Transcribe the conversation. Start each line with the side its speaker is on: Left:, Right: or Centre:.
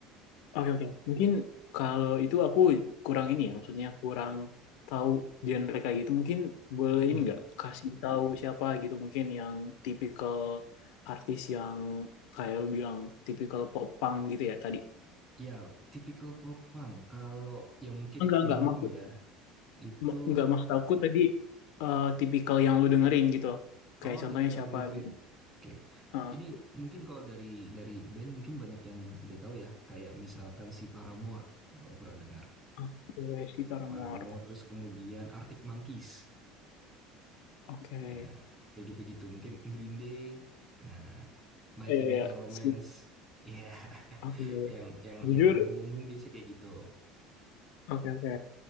Left: oke oke. Mungkin kalau itu aku kurang ini ya, maksudnya kurang tahu genre kayak gitu. Mungkin boleh
Centre: Hmm,
Left: ini nggak kasih tahu siapa gitu mungkin yang tipikal artis yang kayak lu bilang tipikal pop punk gitu ya tadi.
Centre: Ya, tipikal pop punk. Kalau yang mungkin
Left: Enggak enggak
Centre: umum
Left: maksud
Centre: ya, itu
Left: ma- enggak maksud aku tadi eh, tipikal yang lu dengerin gitu loh. Kayak
Centre: oh
Left: contohnya
Centre: tipikal
Left: siapa
Centre: yang didengerin.
Left: gitu.
Centre: Oke.
Left: Ah,
Centre: Ini mungkin kalau dari dari band mungkin banyak yang udah tahu ya, kayak misalkan si Paramore kalau pernah dengar.
Left: oke, si Paramore.
Centre: Paramore terus kemudian Arctic Monkeys.
Left: Oke.
Centre: Ya, kayak gitu-gitu. Mungkin Green Day, nah, My Chemical
Left: Iya, iya.
Centre: Romance.
Left: Si-
Centre: Ya, <laughs>
Left: Oke.
Centre: yang yang
Left: Jujur
Centre: yang umum-umum biasanya kayak gitu.
Left: Oke oke.